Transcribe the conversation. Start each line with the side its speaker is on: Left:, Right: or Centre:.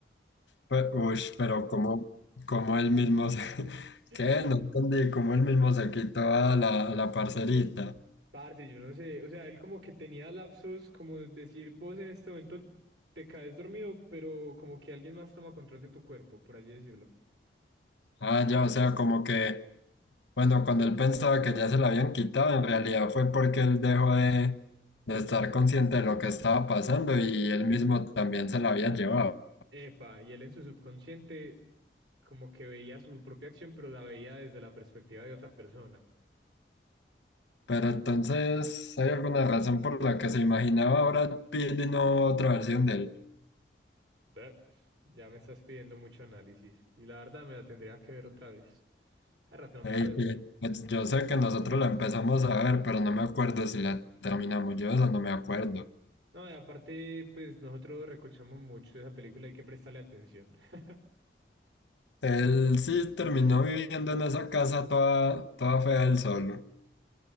Left: Pe- ush, pero como, como él mismo se... <laughs>
Right: <laughs>
Left: ¿Qué? No entendí, como él mismo se quitó a la, a la parcerita.
Right: Parce, yo no sé, o sea, él como que tenía lapsos, como decir, vos en este momento te caes dormido, pero como que alguien más toma control de tu cuerpo, por así decirlo.
Left: Ah, ya, o sea, como que, bueno, cuando él pensaba que ya se la habían quitado, en realidad fue porque él dejó de, de estar consciente de lo que estaba pasando y él mismo también se la había llevado.
Right: Epa, y él en su subconsciente como que veía su propia acción, pero la veía desde la perspectiva de otra persona.
Left: Pero entonces, ¿hay alguna razón por la que se imaginaba ahora Pitt y no otra versión de él?
Right: Ve, ya me estás pidiendo mucho análisis, y la verdad me la tendría que ver otra vez. Hace rato no me
Left: Ey,
Right: la veo.
Left: sí. Es- Yo sé que nosotros la empezamos a ver, pero no me acuerdo si la terminamos. Yo de eso no me acuerdo.
Right: No, y aparte, pues nosotros recochamos mucho esa película, hay que prestarle atención. <laughs>
Left: Él sí terminó viviendo en esa casa toda, toda fea él solo,